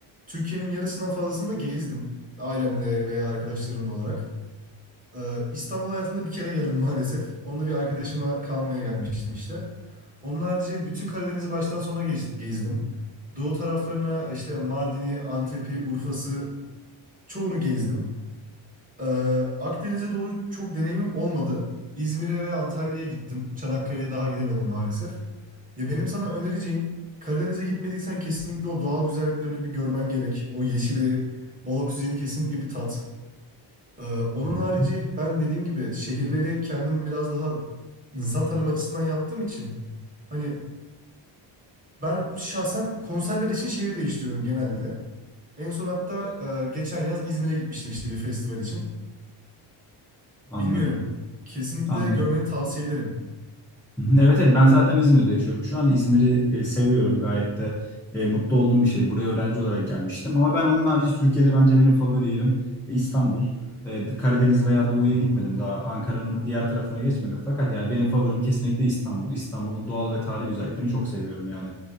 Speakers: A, on the right; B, in the centre.
A: Türkiye'nin yarısından fazlasını da gezdim. Ailemle veya arkadaşlarımla olarak. Ee, İstanbul hayatımda bir kere geldim maalesef. Onunla bir arkadaşıma kalmaya gelmiştim işte. Onun harici bütün Karadeniz'i baştan sona gez- gezdim. Doğu taraflarına işte Mardin'i, Antep'i, Urfa'sı çoğunu gezdim. Ee, Akdeniz'e doğru çok deneyimim olmadı. İzmir'e ve Antalya'ya gittim. Çanakkale'ye daha gidemedim maalesef. Ya benim sana önereceğim Karadeniz'e gitmediysen kesinlikle o doğal güzelliklerini bir görmen gerek. O yeşili, bol oksijeni kesinlikle bir tat. Ee, onun
B: Hı hı.
A: harici ben dediğim gibi şehirleri kendim biraz daha insan tanım açısından yaptığım için hani ben şahsen konserler için şehir değiştiriyorum genelde. En son hatta e, geçen yaz İzmir'e gitmiştim işte bir festival için.
B: Anladım.
A: Bilmiyorum. Kesinlikle
B: Anladım.
A: görmeni tavsiye ederim.
B: Hı hı. Evet evet ben zaten İzmir'de yaşıyorum. Şu anda İzmir'i e, seviyorum. Gayet de e, mutlu olduğum bir şehir. Buraya öğrenci olarak gelmiştim. Ama ben onun harici Türkiye'de bence benim favori yerim e, İstanbul. E, Karadeniz veya Doğu'ya
A: Hı hı.
B: gitmedim daha. Ankara'nın diğer tarafına geçmedim. Fakat yani benim favorim kesinlikle İstanbul. İstanbul'un doğal ve tarihi güzelliklerini çok seviyorum yani.